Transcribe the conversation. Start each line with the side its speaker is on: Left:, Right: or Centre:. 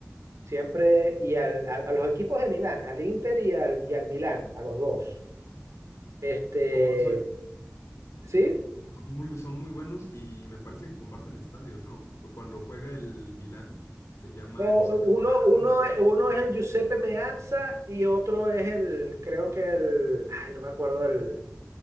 Right: Siempre, y al, al- a los equipos de Milán, al Inter y al, y al Milán, a los dos. Este,
Left: Oh, soy-
Right: ¿sí?
Left: son muy, son muy buenos y me parece que comparten estadio, ¿no? Pues Cuando juega el Milán, se llama
Right: No,
Left: Giuseppe
Right: uno,
Left: Meazza,
Right: uno,
Left: me parece.
Right: uno es el Giuseppe Meazza y otro es el, creo que el, ay, no me acuerdo el,